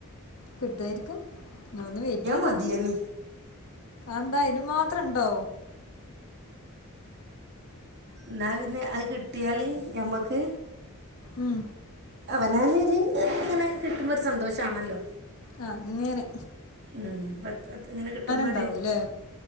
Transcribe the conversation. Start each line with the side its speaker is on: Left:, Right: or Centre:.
Left: കിട്ടുവായിരിക്കും നിങ്ങളൊന്ന് വെറ്റ് ചെയ്ത്
Right: മതിയേനി
Left: നോക്കി അന്താ അതിനു മാത്രം ഇണ്ടോ
Right: എന്നാ പിന്നെ അത് കിട്ടിയാല് ഞമ്മക്ക്
Left: ഉം
Right: അവനനോരു ഇങ്ങനെ കിട്ടുമ്പോ ഒരു സന്തോഷമാണല്ലോ
Left: ആ അങ്ങേനെ
Right: ഉം പത്ത് പത്ത് ഇങ്ങനെ കിട്ടുമ്പോര്
Left: ഉണ്ടാവൂല്ലേ